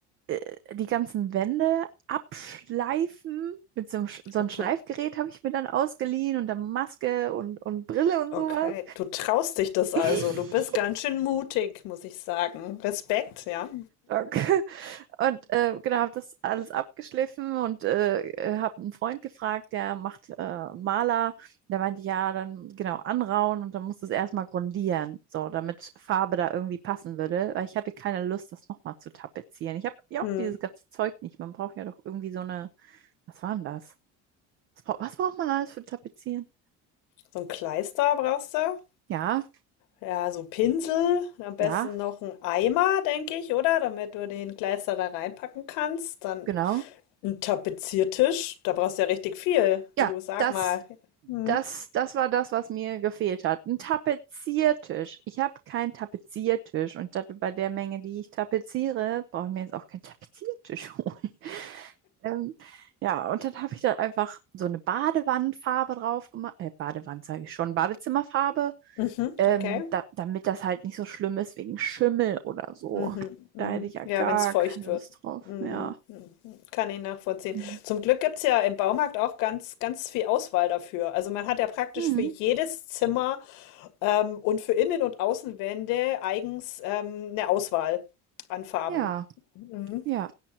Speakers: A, on the right (about 40°); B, on the left (about 85°).
A: äh, die ganzen Wände abschleifen. Mit so einem, Sch- so
B: Okay.
A: einem Schleifgerät habe ich mir dann ausgeliehen und dann Maske und, und Brille und
B: Okay.
A: sowas.
B: Du traust dich das
A: <laughs>
B: also. Du bist ganz schön mutig, muss ich sagen. Respekt, ja.
A: Okay. <laughs> Und äh, genau, habe das alles abgeschliffen und äh, habe einen Freund gefragt, der macht äh, Maler. Der meinte, ja, dann genau anrauen und dann muss das erstmal grundieren, so damit Farbe da irgendwie passen würde, weil ich hatte keine Lust, das nochmal zu tapezieren. Ich habe ja
B: Mhm.
A: auch dieses ganze Zeug nicht. Man braucht ja doch irgendwie so eine, was war denn das? Was, braucht- was braucht man alles für Tapezieren?
B: So ein Kleister brauchst du?
A: Ja,
B: Ja, so Pinsel, am besten
A: ja,
B: noch ein Eimer, denke ich, oder? Damit du den Kleister da reinpacken kannst. Dann
A: genau.
B: ein Tapeziertisch, da brauchst du ja richtig viel. Du
A: Ja,
B: sag
A: das
B: mal. Hm.
A: Das, das war das, was mir gefehlt hat. Ein Tapeziertisch. Ich habe keinen Tapeziertisch und das, bei der Menge, die ich tapeziere, brauche ich mir jetzt auch keinen Tapeziertisch holen. <laughs> Ähm, ja, und dann habe ich da einfach so eine Badewandfarbe drauf gemacht. Äh, Badewand sage ich schon, Badezimmerfarbe,
B: Mhm,
A: ähm,
B: okay.
A: da, damit das halt nicht so schlimm ist wegen Schimmel oder so.
B: Mhm, mhm.
A: Da hätte ich ja
B: Ja,
A: gar
B: wenn es feucht
A: keine
B: wird.
A: Lust drauf
B: Mhm,
A: mehr.
B: mhm. Kann ich nachvollziehen.
A: Mhm.
B: Zum Glück gibt es ja im Baumarkt auch ganz, ganz viel Auswahl dafür. Also man hat ja praktisch
A: Mhm.
B: für jedes Zimmer ähm, und für Innen- und Außenwände eigens ähm, eine Auswahl an Farben.
A: Ja,
B: Mhm.
A: ja,